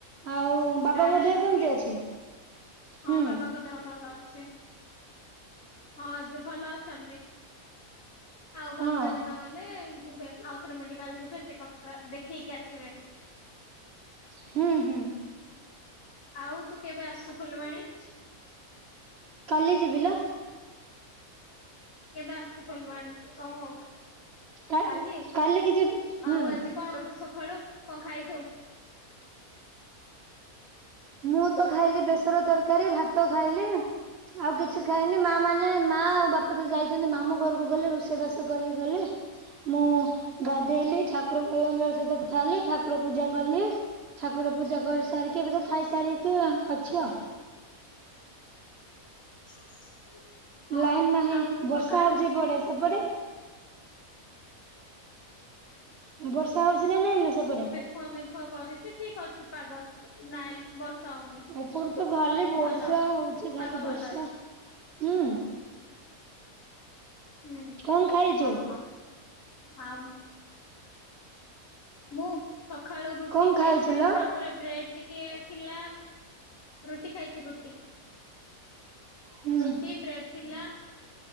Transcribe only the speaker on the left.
ଗାଁରେ ଅଛୁ
କି?
ହଁ ବାବାଙ୍କ ଦେହ ଭଲ ଅଛି ହଁ ଏବେ ଭଲ ଅଛନ୍ତି। ଆଉ ପନ୍ଦର
ଦିନ ଗଲେ ଯିବେ ଆଉଥରେ ମେଡିକାଲ୍ ଯିବେ ଚେକଅପ୍ କ ଦେଖେଇକି ଆସିବେ।
ଆଉ ତୁ କେବେ ଆସୁଛୁ ଫୁଲବାଣୀ?
କେବେ ଆସୁଛୁ ଫୁଲବାଣୀ କୁ ଓ ହୋଉ।
କାଲି
ଆଉ ଆଜି କଣ କରୁଛୁ ସକାଳୁ? କଣ ଖାଇଛୁ।
<inaudible> ଆଉ। ହଁ।
ସକାଳୁ
ହଁ ମେଖୁଆ କରିଛି ଠିକ୍ ଅଛି ପାଗ ନାଇଁ। ବର୍ଷା ହଉନି।
ଭଲ
ପାଗ
ଭଲ ଅଛି
ହୁଁ
ହଁ ହଁ ଆଉ। ମୁଁ ସକାଳୁ ରୁଟି
ଖାଇଛି
ତା
ତାପରେ ବ୍ରେଡ ଟିକେ ଥିଲା ରୁଟି ଖାଇଛି ରୁଟି।
ରୁଟି ବ୍ରେଡ ଥିଲା।